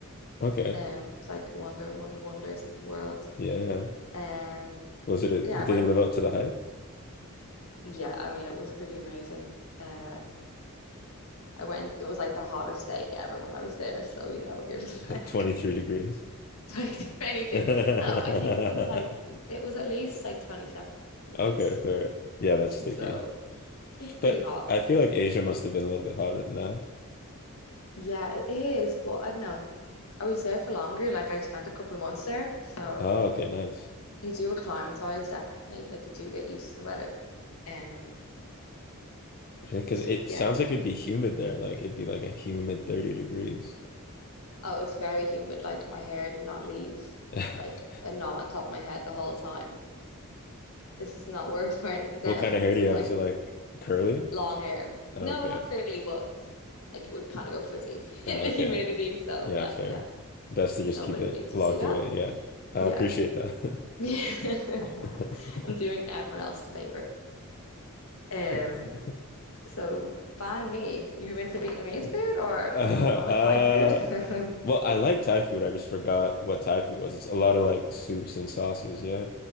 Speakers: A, on the left; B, on the left.
A: Okay.
B: Um, it's like wonder, one of the wonders of the world.
A: Yeah, yeah.
B: Um,
A: Was it a,
B: yeah,
A: did
B: I went.
A: it live up to the hype?
B: Yeah, I mean, it was pretty amazing. Uh, I went, it was like the hottest day ever when I was there. So, you know, when you're <laughs> just like
A: <laughs> 23 degrees.
B: 22, 23.
A: <laughs>
B: No, I think it was like, it was at least like 27 degrees.
A: Okay, fair. Yeah, that's sticky.
B: So it's pretty
A: But
B: hot.
A: I feel like Asia must have been a little bit hotter than that.
B: Yeah, it is. But I don't know. I was there for longer. Like I spent a couple of months there. So
A: Oh, okay, nice.
B: you do acclimatize, definitely. Like you do get used to the weather. Um,
A: Because
B: so
A: it
B: yeah.
A: sounds like it'd be humid there. Like it'd be like a humid 30 degrees.
B: Oh, it's very humid. Like my hair did not leave
A: <laughs>
B: like a knot on top of my head the whole time. This is not worth <laughs> wearing it
A: What
B: down.
A: kind of
B: Just
A: hair do
B: would
A: you have?
B: like
A: Is it like curly?
B: long hair.
A: Oh,
B: No,
A: okay.
B: not curly, but like it would kind of go frizzy <laughs>
A: Oh,
B: in the
A: okay.
B: humidity. So
A: Yeah,
B: like,
A: fair.
B: yeah,
A: Best to just
B: nobody
A: keep it
B: needs
A: locked
B: to see that.
A: away. Yeah. I
B: Yeah.
A: appreciate that.
B: <laughs> I'm
A: <laughs> Thank
B: doing everyone else a favor. Um,
A: you. <laughs>
B: so ban me. You into Vietnamese food or
A: Uh, uh,
B: you call it Thai food? <laughs>
A: well, I like Thai food. I just forgot what Thai food was. It's a lot of like soups and sauces. Yeah.